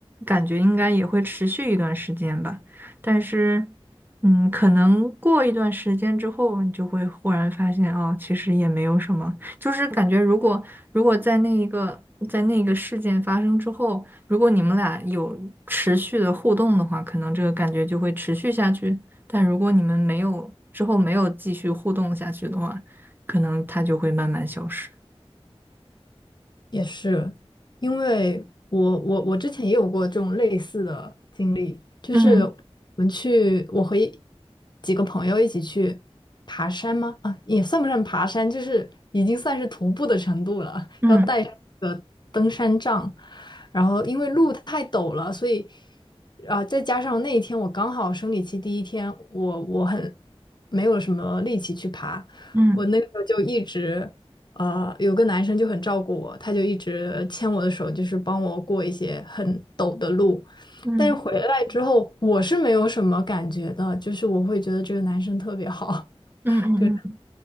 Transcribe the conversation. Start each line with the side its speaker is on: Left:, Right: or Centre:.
Right: 感觉应该也会持续一段时间吧。但是，嗯，可能过一段时间之后，你就会忽然发现，哦，其实也没有什么。就是感觉，如果如果在那一个在那个事件发生之后，如果你们俩有持续的互动的话，可能这个感觉就会持续下去。但如果你们没有之后没有继续互动下去的话，可能它就会慢慢消失。
Left: 也是，因为我我我之前也有过这种类似的经历，就是我们去，
Right: 嗯
Left: 我和一几个朋友一起去爬山吗？啊，也算不上爬山，就是已经算是徒步的程度了，
Right: 嗯
Left: 要带上那个登山杖，然后因为路太陡了，所以啊，再加上那一天我刚好生理期第一天，我我很没有什么力气去爬。
Right: 嗯
Left: 我那个时候就一直呃，有个男生就很照顾我，他就一直牵我的手，就是帮我过一些很陡的路。
Right: 嗯
Left: 但是回来之后，我是没有什么感觉的，就是我会觉得这个男生特别好，
Right: 嗯嗯
Left: <laughs> 就是